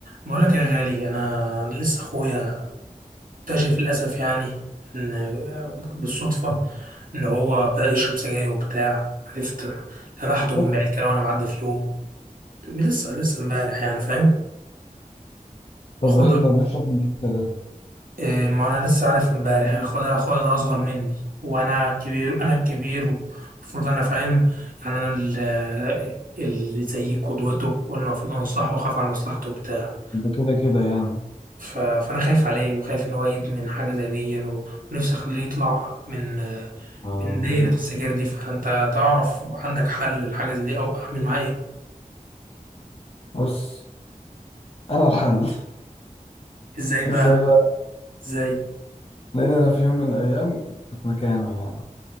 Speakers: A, on the right; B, on the left.
A: بقول لك يا غالي انا أنا لسه اخويا اكتشف للاسف يعني ان بالصدفه ان هو بدا يشرب سجاير وبتاع عرفت لمحته
B: أوف،
A: من بعيد كده وانا معدي في يوم لسه لسه امبارح يعني فاهم واخويا
B: طب ايه
A: ده-
B: ده بيشرب من امتى ده؟
A: إيه، ما انا لسه عارف امبارح يعني اخويا ده اخويا ده اصغر مني وانا كبير انا الكبير المفروض انا فاهم يعني انا ال- آه، اللي زي قدوته والمفروض انصحه واخاف على مصلحته وبتاع
B: ده كده كده يعني
A: ف... فانا خايف عليه وخايف ان هو يدمن حاجه زي دي يعني و- ونفسي اخليه يطلع من
B: آه
A: من دايره السجاير دي فانت تعرف عندك حل لحاجه زي دي او اعمل معاه ايه
B: بص انا الحل <laughs>
A: ازاي بقى
B: ازاي بقى؟
A: ازاي
B: لان انا في يوم من الايام كنت في مكانه يعني